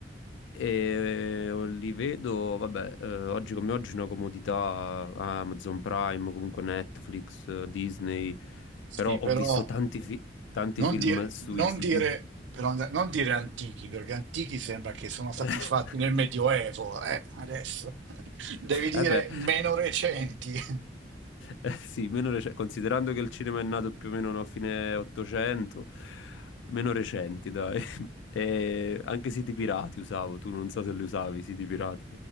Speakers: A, on the left; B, on the right.
A: e li vedo, vabbè, eh, oggi come oggi una comodità Amazon Prime, comunque Netflix, eh, Disney,
B: Sì,
A: però ho
B: però
A: visto tanti, fi- tanti
B: non
A: film
B: dire,
A: sui
B: non
A: siti.
B: dire- però non dire antichi, perché antichi sembra che sono stati
A: <laughs>
B: fatti nel Medioevo, eh, adesso. <laughs> Devi dire
A: Eh beh,
B: meno recenti.
A: eh sì, meno rec- considerando che il cinema è nato più o meno a fine 800, meno recenti, dai. <laughs> E anche siti pirati usavo, tu non so se li usavi, i siti pirati.